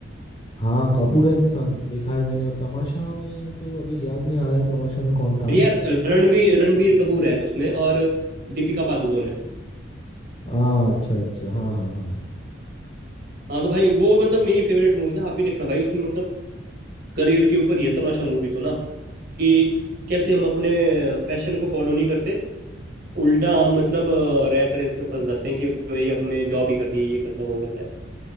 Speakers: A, on the left; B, on the right.
A: हाँ कपूर एंड सन्स देखा है मैंने और तमाशा में तो अभी याद नहीं आ रहा है तमाशा में कौन था
B: यार रणवीर रणबीर कपूर है उसमें और दीपिका पादुकोण है
A: हाँ अच्छा अच्छा हाँ हाँ हाँ
B: हाँ तो भाई वो मतलब मेरी फेवरेट मूवीज है आप भी देखना भाई उसमें मतलब करियर के ऊपर ये तमाशा मूवी तो ना कि कैसे हम अपने पैशन को फॉलो नहीं करते उल्टा हम मतलब रैट रेस में फंस जाते हैं कि भाई हमें जॉब ही करनी है ये करना है वो करना है